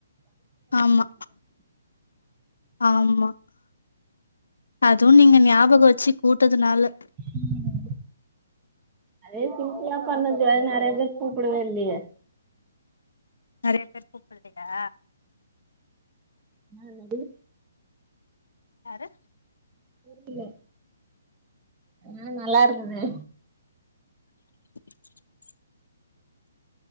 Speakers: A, on the left (about 80°); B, on the right (about 20°).
A: ஆமா ஆமா அதுவு நீங்க ஞாபக வச்சு கூட்டதுனால
B: ம் அதயே சிம்பிளா பண்ணது அது நறைய பேரு கூப்படவே இல்லயே
A: நறைய பேர் கூப்பல்லயா
B: என்ன என்னாடி
A: யாரு
B: புரில ஆ நல்லா இருக்கனே
A: <inaudible>